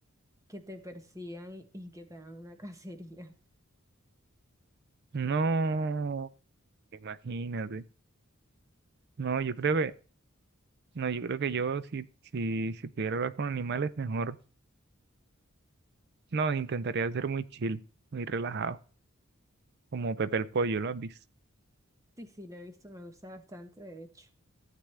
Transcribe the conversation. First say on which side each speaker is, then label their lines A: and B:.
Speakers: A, on the right (about 15°); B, on the right (about 50°).
A: que te persigan y, y que te hagan una <laughs> cacería.
B: No, imagínate. No, yo creo que, no, yo creo que yo si, si, si pudiera hablar con animales, mejor. No, intentaría ser muy chill, muy relajado, como Pepe el Pollo, ¿lo has visto?
A: Sí, sí, lo he visto, me gusta bastante, de hecho.